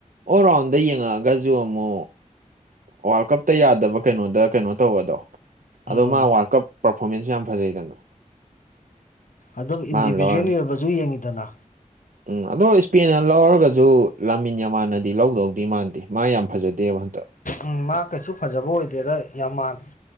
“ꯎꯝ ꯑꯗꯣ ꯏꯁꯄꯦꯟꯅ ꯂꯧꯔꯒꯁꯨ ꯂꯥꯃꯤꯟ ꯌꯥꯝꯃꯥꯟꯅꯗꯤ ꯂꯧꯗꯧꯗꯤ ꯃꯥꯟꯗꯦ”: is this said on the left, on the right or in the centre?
Right